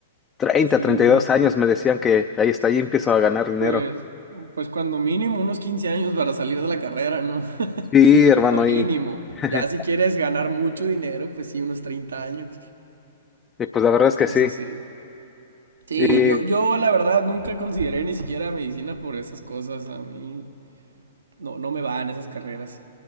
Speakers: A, on the left; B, on the right.
A: treinta
B: sí,
A: treinta
B: uno,
A: y dos años me decían que ahí está, ahí empiezo a ganar dinero.
B: pues, pues cuando mínimo unos 15 años para salir de la carrera, ¿no? <laughs>
A: Sí, hermano,
B: Como mínimo.
A: y, <laughs>
B: Ya si quieres ganar mucho dinero, pues sí, unos 30 años.
A: y pues la verdad es que
B: Es
A: sí.
B: así. Sí,
A: Y
B: yo, yo la verdad nunca consideré ni siquiera medicina por esas cosas. A mí no, no me van esas carreras.